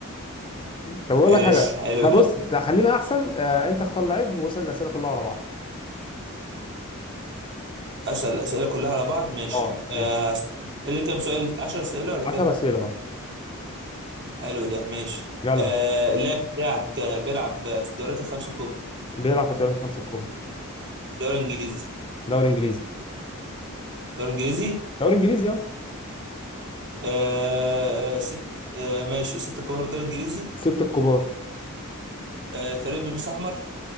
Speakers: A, on the left (about 25°); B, on the right (about 55°).
A: طب اقول
B: ماشي
A: لك حاجه
B: حلو
A: لا
B: ده
A: بص ده خلينا احسن آه. انت اختار لعيب واسال الاسئله كلها ورا بعض
B: اسال الاسئله كلها على بعض ماشي
A: اه جه
B: آه، اللي كام سؤال 10 اسئله ولا
A: 10
B: كام
A: اسئله اه
B: حلو ده ماشي
A: يلا
B: آه، اللاعب بتاعك آه، بيلعب في الدوريات الخمس الكبرى
A: بيلعب في الدوريات الخمسه الكبرى
B: الدوري الانجليزي
A: دوري انجليزي
B: الدوري الانجليزي
A: دوري انجليزي اه
B: آه، آه، ست آه، ماشي الست الكبار في الدوري الانجليزي
A: ستة الكبار
B: آه، فريق بيلبس احمر